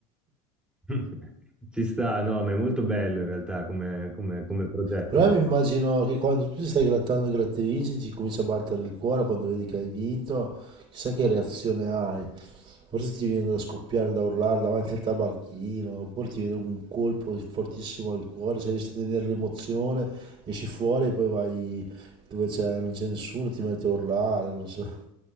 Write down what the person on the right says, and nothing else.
Però
io mi immagino che quando tu ti stai grattando e gratte vinci, ti comincia a battere il cuore quando vedi che hai vinto, chissà che reazione hai. Forse ti viene da scoppiare, da urlare davanti al tabacchino, oppure ti viene un colpo fortissimo al cuore, se riesci a tenere l'emozione, esci fuori e poi vai dove c'è, non c'è nessuno, ti metti a urlare, non so.